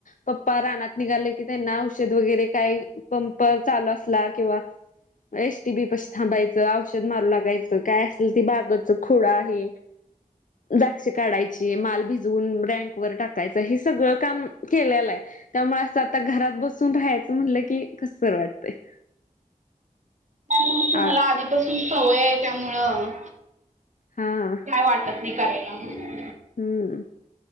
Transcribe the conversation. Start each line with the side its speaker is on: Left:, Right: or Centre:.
Left: पप्पा रानात निघाले. की त्यांना औषध वगैरे काही पंप चालू असला किंवा एसटी बी पशी थांबायचं औषध मारू लागायचं काय असेल ती बागाच खोडा हे द्राक्ष काढायची, माल भिजवून रँकवर टाकायचा, हे स सगळं काम केल्यालं हाय? त्यामुळे असं आता घरात बसून राहायचं म्हटलं की, कस तर वाटतंय?
Right: म मग तुम्हाला
Left: आ
Right: आधीपासून सवय हाय त्यामुळं
Left: हा आ.
Right: काय वाटत नाही करायला?
Left: हुंम.